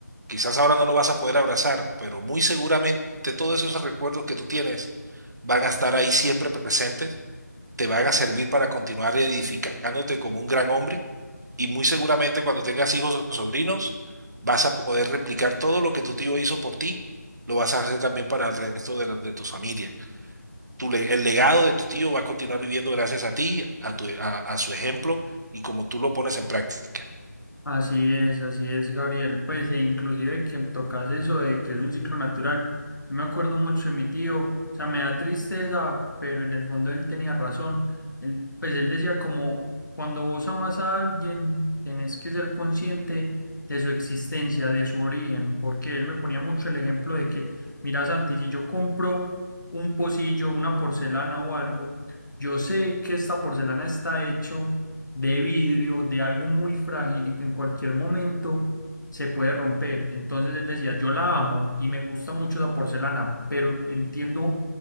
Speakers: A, on the right; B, on the left.
A: Quizás ahora no lo vas a poder abrazar, pero muy seguramente todos esos recuerdos que tú tienes van a estar ahí siempre presentes, te van a servir para continuar edificándote como un gran hombre y muy seguramente cuando tengas hijos o sobrinos, vas a poder replicar todo lo que tu tío hizo por ti, lo vas a hacer también para el resto de, la- de tu familia. Tu le- el legado de tu tío va a continuar viviendo gracias a ti, a, tu, a a su ejemplo y como tú lo pones en práctica.
B: Así es, así es, Gabriel. Pues, e inclusive que tocas eso de que es un ciclo natural. Yo me acuerdo mucho de mi tío, o sea, me da tristeza, pero en el fondo él tenía razón. Él, pues él decía como, cuando vos amas a alguien, tenés que ser consciente de su existencia, de su origen, porque él me ponía mucho el ejemplo de que, mira, Santi, si yo compro un pocillo, una porcelana o algo, yo sé que esta porcelana está hecho de vidrio, de algo muy frágil y que en cualquier momento se puede romper. Entonces él decía, yo la amo y me gusta mucho la porcelana, pero entiendo